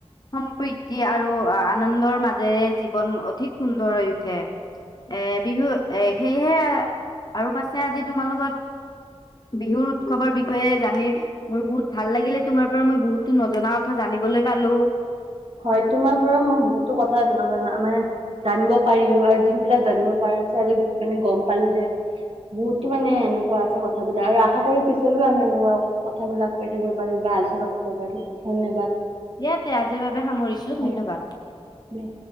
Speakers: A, on the left; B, on the right.
A: সম্প্ৰীতি আৰু আ-আনন্দৰ মাজেৰে জীৱন অধিক সুন্দৰ হৈ উঠে। এ বিহু এ সেয়ে, আৰু পাছে আজি তোমাৰ লগত বিহুৰ উৎসৱৰ বিষয়ে জানি মোৰ বহুত ভাল লাগিলে তোমাৰ পৰা মই বহুতো নজনা কথা জানিবলৈ পালোঁ।
B: হয়, তোমাৰ পৰা মই বহুতো কথা নজনা মানে জানিব পাৰিলোঁ আৰু যোন বিলাক জানিব পৰা নাছিলো আজি মানে গম পালোঁ যে বহুতো মানে এনেকুৱা আছে কথাবিলাক আৰু আশা কৰো পিছলৈও আমি এনেকুৱা কথাবিলাক কৈ থাকিব পাৰিম, বা আলোচনা কৰিব পাৰো ধন্যবাদ।
A: ইয়াতে আজিৰ বাবে সামৰিছো ধন্যবাদ।
B: হয় দিয়া।